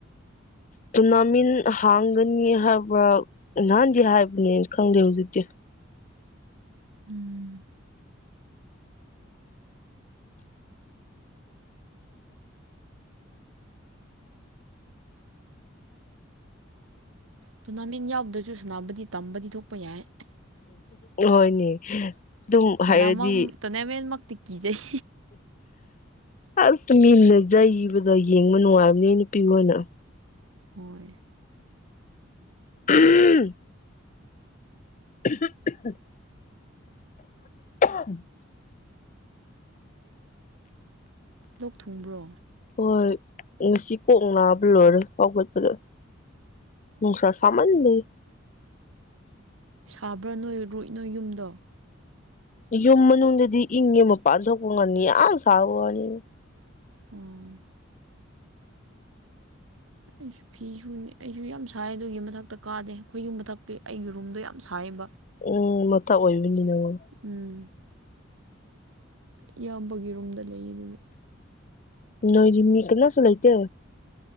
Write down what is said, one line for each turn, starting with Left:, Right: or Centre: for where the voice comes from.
Left: ꯇꯣꯔꯅꯥꯃꯦꯟ ꯍꯥꯡꯒꯅꯤ ꯍꯥꯏꯕ꯭ꯔ ꯅꯍꯥꯟꯗꯦ ꯍꯥꯏꯕꯅꯦꯅ ꯈꯪꯗꯦ ꯍꯧꯖꯤꯛꯇꯤ
Right: ꯎꯝ ꯇꯣꯔꯅꯥꯃꯦꯟ ꯌꯥꯎꯗ꯭ꯔꯁꯨ ꯁꯥꯟꯅꯕꯗꯤ ꯇꯝꯕꯗꯤ ꯊꯣꯛꯄ ꯌꯥꯏ
Left: ꯍꯣꯏꯅꯤ ꯑꯗꯨꯝ
Right: ꯇꯣꯔꯅꯥꯃꯛ
Left: ꯍꯥꯏꯔꯗꯤ
Right: ꯇꯣꯔꯅꯥꯃꯦꯟꯃꯛꯇꯤ ꯀꯤꯖꯩ
Left: ꯑꯁ ꯃꯤꯟꯅꯖꯩꯕꯗꯣ ꯌꯦꯡꯕ ꯅꯨꯡꯉꯥꯏꯕꯅꯤ ꯅꯨꯄꯤ ꯍꯅ
Right: ꯍꯣꯏ
Left: ꯝ <inaudible> <unintelligible> ꯊꯝ <inaudible>
Right: ꯂꯣꯛ ꯊꯨꯡꯕ꯭ꯔꯣ
Left: ꯍꯣꯏ ꯉꯁꯤ ꯀꯣꯛ ꯅꯥꯕ ꯂꯣꯏꯔꯦ ꯐꯥꯎꯒꯠꯄꯗꯣ ꯃꯅꯨꯡꯁꯥ ꯁꯃꯅ ꯂꯩ
Right: ꯁꯥꯕ꯭ꯔꯥ ꯅꯣꯏ ꯔꯨꯏ ꯅꯣꯏ ꯌꯨꯝꯗꯣ
Left: ꯌꯨꯝ ꯃꯅꯨꯡꯗꯗꯤ ꯏꯪꯉ ꯃꯄꯥꯟ ꯊꯣꯛꯄ ꯉꯅꯤ ꯌꯥꯝ ꯁꯥꯕ ꯋꯥꯅꯤꯅ
Right: ꯑꯣ ꯑꯩꯁꯨ ꯐꯤꯁꯨꯅꯤ ꯑꯩꯁꯨ ꯌꯥꯝ ꯁꯥꯏ ꯑꯗꯨꯒꯤ ꯃꯊꯛꯇ ꯀꯥꯗꯦ ꯑꯩꯈꯣꯏ ꯌꯨꯝ ꯃꯊꯛꯇꯤ ꯑꯩꯒꯤ ꯔꯨꯝꯗꯣ ꯌꯥꯝ ꯁꯥꯏꯕ
Left: ꯎꯝ ꯅꯠꯇ ꯑꯣꯏꯕꯅꯤ ꯅꯉꯣ
Right: ꯎꯝ ꯏꯌꯥꯝꯕꯒꯤ ꯔꯨꯝꯗ ꯂꯩꯌꯦ ꯑꯗꯨꯒꯤ
Left: ꯅꯣꯏ ꯃꯤ ꯀꯅꯥꯁꯨ ꯂꯩꯇꯦ